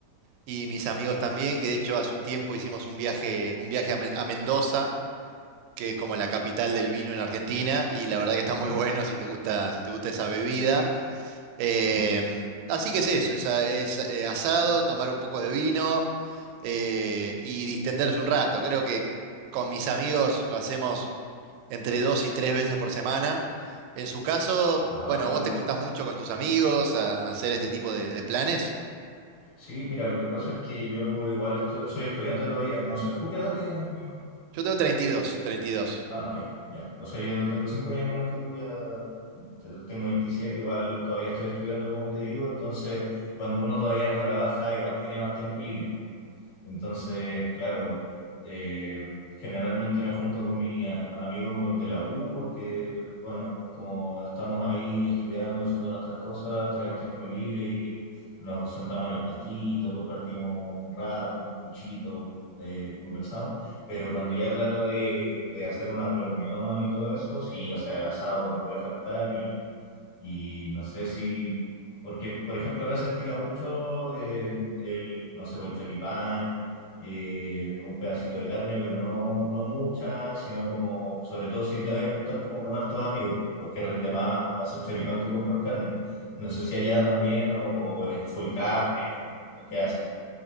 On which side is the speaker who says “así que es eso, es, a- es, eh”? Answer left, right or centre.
Right